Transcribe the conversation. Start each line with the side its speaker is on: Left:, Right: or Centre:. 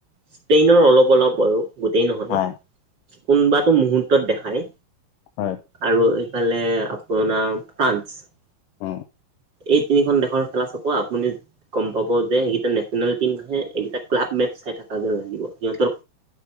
Right: স্পেইনৰ অলপ অলপ আৰু গোতেই নহয়।
Left: হয়,
Right: কোনোবাতটো মুহুৰ্তত দেখায়
Left: হয়,
Right: আৰু। সিফালে আপ ন ফ্ৰানস। <unintelligible>
Left: অ
Right: এই তিনিখন দেশৰ খেলা চাপ আপুনি গম পাব যে সেইকেইটা নে। টম নে এইকেইটা ক্লাব মেট চাই থকা যে লাগিব সিহঁতৰ।